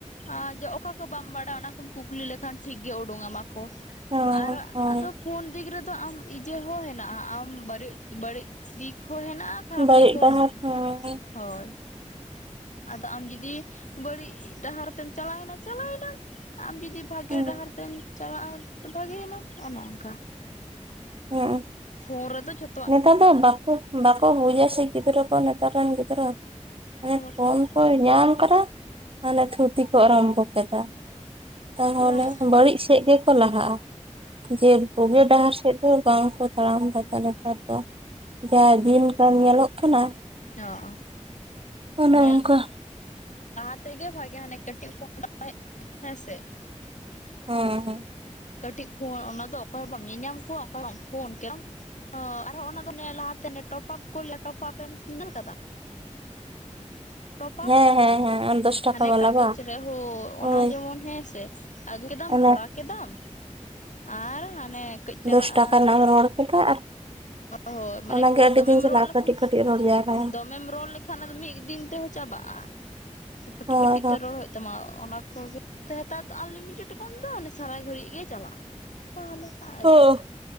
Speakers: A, on the left; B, on the right.
A: ᱟᱨ ᱡᱮ ᱚᱠᱟ ᱠᱚ ᱵᱟᱢ ᱵᱟᱲᱟᱭ ᱚᱱᱟ ᱠᱚᱢ ᱠᱩᱠᱞᱤ ᱞᱮᱠᱷᱟᱱ ᱴᱷᱤᱠ ᱜᱮ ᱩᱰᱩᱝ ᱟᱢᱟ ᱠᱚ
B: ᱦᱮᱸ
A: ᱟᱨ ᱟᱫᱚ ᱯᱷᱳᱱ ᱫᱤᱠ ᱨᱮᱫᱚ ᱟᱢ ᱤᱡᱟᱹ ᱦᱚᱸ ᱦᱮᱱᱟᱜᱼᱟ ᱟᱢ ᱵᱟᱲᱤ ᱵᱟᱲᱤᱜ ᱫᱤᱠ ᱦᱚᱸ ᱦᱮᱱᱟᱜᱼᱟ ᱠᱷᱟᱨᱟᱯ
B: ᱦᱮᱸ ᱵᱟᱹᱲᱤᱡ
A: ᱫᱤᱠ ᱠᱚ
B: ᱰᱟᱦᱟᱨ
A: ᱦᱮᱱᱟᱜᱼᱟ
B: ᱦᱮᱸ
A: ᱦᱳᱭ ᱟᱫᱚ ᱟᱢ ᱡᱩᱫᱤ ᱵᱟᱹᱲᱤᱡ ᱰᱟᱦᱟᱨ ᱛᱮᱢ ᱪᱟᱞᱟᱣᱮᱱᱟ ᱪᱟᱞᱟᱣᱮᱱᱟᱢ ᱟᱢ ᱡᱩᱫᱤ ᱫᱤ ᱵᱷᱟᱜᱮ
B: ᱦᱮᱸ
A: ᱰᱟᱦᱟᱨ ᱛᱮᱢ ᱪᱟᱞᱟᱜᱼᱟ ᱵᱷᱟᱜᱮ ᱮᱱᱟᱢ ᱚᱱᱮ ᱚᱝᱠᱟ
B: ᱦᱮᱸ
A: ᱯᱷᱳᱱ ᱨᱮᱫᱚ ᱡᱷᱚ
B: ᱱᱮᱛᱟᱨ ᱫᱚ ᱵᱟᱠᱚ ᱵᱟᱠᱚ ᱵᱩᱡᱟ ᱥᱮ ᱜᱤᱫᱽᱨᱟᱹ ᱠᱚ ᱱᱮᱛᱟᱨ ᱨᱮᱱ ᱜᱤᱫᱽᱨᱟᱹ ᱢᱟᱱᱮ
A: ᱦᱮᱸ ᱵᱟᱯᱟ
B: ᱯᱷᱳᱱ ᱠᱚ ᱧᱟᱢ ᱠᱟᱫᱟ ᱢᱟᱱᱮ ᱛᱷᱩᱛᱤ ᱠᱚ ᱟᱨᱟᱢᱵᱚ ᱠᱮᱫᱟ ᱛᱟᱦᱚᱞᱮ
A: ᱞᱟᱦ
B: ᱵᱟᱹᱲᱤᱡ ᱥᱮᱫ ᱜᱮᱠᱚ ᱞᱟᱦᱟᱜᱼᱟ ᱡᱮ ᱵᱳᱜᱤ ᱰᱟᱦᱟᱨ ᱥᱮᱫ ᱫᱚ ᱵᱟᱝᱠᱚ ᱛᱟᱲᱟᱢ ᱫᱟ ᱱᱮᱛᱟ ᱛᱟ ᱫᱚ ᱡᱟ ᱫᱤᱱ ᱠᱟᱞ ᱧᱮᱞᱚᱜ ᱠᱟᱱᱟ
A: ᱚ ᱚ
B: ᱚᱱᱮ
A: ᱢᱟᱱᱮᱞ
B: ᱚᱱᱠᱟ
A: ᱞᱟᱦᱟ ᱛᱮᱜᱮ ᱵᱷᱟᱜᱮ ᱦᱟᱱᱮ ᱠᱟᱹᱴᱤᱡ ᱯᱷᱳᱱ ᱦᱮᱸ ᱦᱮᱸᱥᱮ
B: ᱦᱩᱸ ᱦᱩᱸ
A: ᱠᱟᱹᱴᱤᱡ ᱯᱷᱳᱱ ᱚᱱᱟᱫᱚ ᱚᱠᱚᱭ ᱦᱚᱸ ᱵᱟᱢ ᱧᱮ ᱧᱟᱢ ᱠᱚᱣᱟ ᱚᱠᱚᱭ ᱦᱚᱸᱵᱟᱢ ᱯᱷᱳᱱ ᱠᱚᱣᱟᱢ ᱚ ᱟᱨᱦᱚᱸ ᱚᱱᱟ ᱫᱚ ᱱᱮ ᱞᱟᱦᱟᱛᱮ ᱴᱚᱯᱟᱯ ᱠᱚ ᱞᱟᱹᱭᱟ ᱴᱚᱯᱟᱯᱮᱢ ᱧᱮᱞ ᱠᱟᱫᱟ ᱴᱚᱯᱟᱯ
B: ᱦᱮᱸ ᱦᱮᱸ ᱦᱮᱸ ᱦᱮᱸ ᱫᱚᱥ ᱴᱟᱠᱟ
A: ᱦᱟᱱᱮ
B: ᱵᱟᱞᱟ
A: ᱠᱟᱜᱚᱡᱽ
B: ᱵᱟᱝ
A: ᱨᱮ ᱦᱳ ᱚᱱᱟ
B: ᱦᱳᱭ
A: ᱡᱮᱢᱚᱱ ᱦᱮᱸᱥᱮ ᱟᱹᱜᱩ ᱠᱮᱫᱟᱢ
B: ᱚᱱᱟ
A: ᱵᱷᱚᱨᱟ ᱠᱮᱫᱟᱢ ᱟᱨ ᱦᱟᱱᱮ ᱠᱟᱹᱡ ᱪᱟᱞᱟᱜᱼᱟ
B: ᱫᱚᱥ ᱴᱟᱠᱟ ᱨᱮᱱᱟᱜ ᱮᱢ ᱨᱚᱲ ᱠᱮᱫᱟ ᱟᱨ
A: ᱦᱚ ᱦᱳᱭ ᱢᱟᱱᱮ
B: ᱚᱱᱟᱜᱮ ᱟᱹᱰᱤ
A: ᱫᱚᱢᱮᱢ
B: ᱫᱤᱱ ᱪᱟᱞᱟᱜᱼᱟ
A: ᱨᱚᱲ ᱞᱮᱠᱷᱟᱱ
B: ᱠᱟᱹᱴᱤᱡ ᱠᱟᱹᱴᱤᱡ ᱨᱚᱲ ᱡᱟᱣᱨᱟᱭᱟᱢ
A: ᱫᱚᱢᱮᱢ ᱨᱚᱲ ᱞᱮᱠᱷᱟᱱ ᱟᱫᱚ ᱢᱤᱜ ᱫᱤᱱ ᱛᱮᱦᱚᱸ ᱪᱟᱵᱟᱜᱼᱟ ᱠᱟᱹᱴᱤᱡ
B: ᱦᱳᱭ
A: ᱠᱟᱹᱴᱤᱡ ᱛᱮ ᱨᱚᱲ ᱦᱚᱭᱚᱜ ᱛᱟᱢᱟ ᱚᱱᱟ ᱠᱚᱜᱮ ᱦᱮᱛᱟᱣᱨ ᱫᱚ ᱟᱱᱞᱤᱢᱤᱴᱮᱰ ᱠᱟᱱ ᱫᱚ ᱚᱱᱮ ᱥᱟᱨᱟ ᱜᱷᱟᱹᱲᱤᱡ ᱜᱮ ᱪᱟᱞᱟᱜᱼᱟ ᱛᱟᱦᱚᱞᱮ ᱠᱟ
B: ᱦᱳᱭ